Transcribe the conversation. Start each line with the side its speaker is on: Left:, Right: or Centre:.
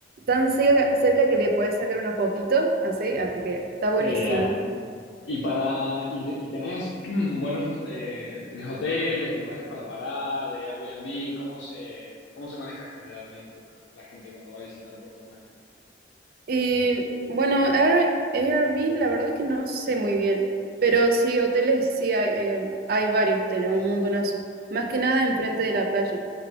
Right: tan cerca, cerca que le puedes sacar una fotito, así, así que está buenísimo.
Left: qué bien. Y para y, y tenés <clears throat> buenos eh, tenés hoteles, lugares para parar, eh, Airbnb, ¿cómo se cómo se maneja generalmente la, la gente cuando va a visitar Puerto Madryn?
Right: Y bueno, Air- Airbnb, la verdad es que no sé muy bien, pero sí, hoteles, sí hay, eh, hay varios hoteles, un montonazo, más que nada enfrente
Left: Ujú.
Right: de la playa.